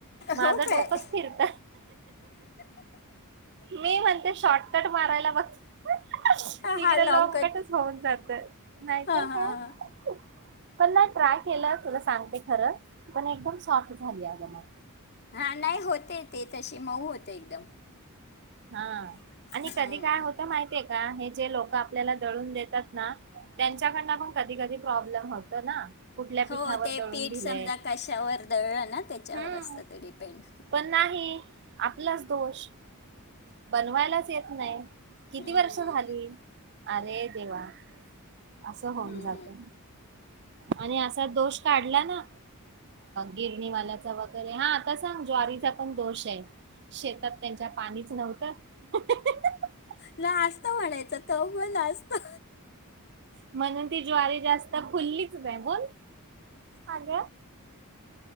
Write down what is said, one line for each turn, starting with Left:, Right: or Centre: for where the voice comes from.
Right: माझं
Left: हो काय!
Right: डोकंच फिरत मी म्हणते शॉर्टकट मारायला बघ. तिकडं
Left: हा लॉंग
Right: लॉन्ग कटच होऊन जात नाहीतर
Left: हां हां
Right: काय
Left: हां
Right: पण नाही ट्राय केलं तुला सांगते खरं पण एकदम सॉफ्ट झाली अग मग
Left: हा नाही होते ते तशी मऊ होते एकदम
Right: हा आणि
Left: हम्म,
Right: कधी काय होतं माहितीय का हे जे लोक आपल्याला दळून देतात ना त्यांच्याकड पण कधी कधी प्रॉब्लेम होत ना कुठल्या पीठावर
Left: हो ते
Right: दळून
Left: पीठ
Right: दिलंय
Left: समजा कशावर दळलं ना त्याच्यावर
Right: हम्म
Left: असतं ते डिपेंड
Right: पण नाही आपलाच दोष बनवायलाच येत नाही किती
Left: हम्म
Right: वर्ष झाली अरे देवा असं होऊन
Left: हम्म
Right: जात
Left: हम्म
Right: आणि असा दोष काढला ना गिरणीवाल्याचा वगैरे हा आता सांग ज्वारीचा पण दोष आहे शेतात त्यांच्या पाणीच नव्हत त
Left: लाजतो म्हणायचं तो मुलग लाजतो
Right: म्हणून ती ज्वारी जास्त फुललीच नाही बोल अग